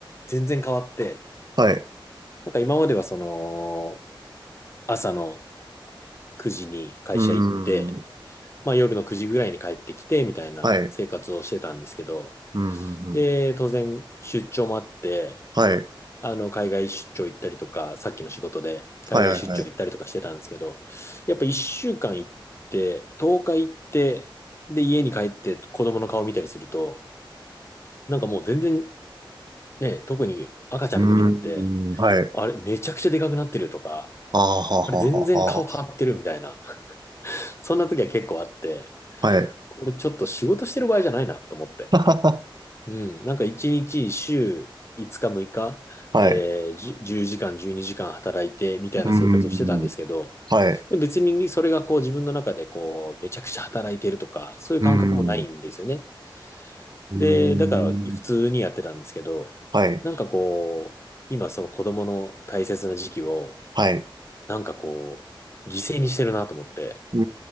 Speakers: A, on the left; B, on the right.
A: 全然変わって、
B: はい。
A: なんか今まではその、朝の9時に会社行って、
B: うーん。
A: まあ、夜の9時ぐらいに帰ってきてみたいな生活をしてたんですけど、
B: はい。うーん。
A: で、当然出張もあって、
B: はい。
A: あの海外出張行ったりとか、さっきの仕事で海外出張行ったりとかしてたんですけど、
B: はい、はい、はい。
A: やっぱ1週間行って、10日行って、で、家に帰って子供の顔見たりすると、なんかもう全然ね、特に赤ちゃんの時なんて、
B: うーん。はい。
A: あれめちゃくちゃでかくなってるとか、
B: ああ、はあはあはあは
A: あれ全然顔変わってるみたいな、<laughs> そんな時は結構あって、
B: あ。はい。
A: これちょっと仕事してる場合じゃないなと思って。
B: はは
A: うん、なんか一日、週5日、6日、
B: ははい。
A: えー、じゅ10時間、12時間働いてみたいな生活をしてたんですけど、
B: うーん。はい。
A: でも別にそれがこう自分の中でこうめちゃくちゃ働いてるとか、そういう感覚もないんですよね。
B: うーん。うーん。
A: で、だから普通にやってたんですけど、
B: はい。
A: なんかこう、今その子供の大切な時期を、
B: はい。
A: なんかこう、犠牲にしてるなと思って、
B: う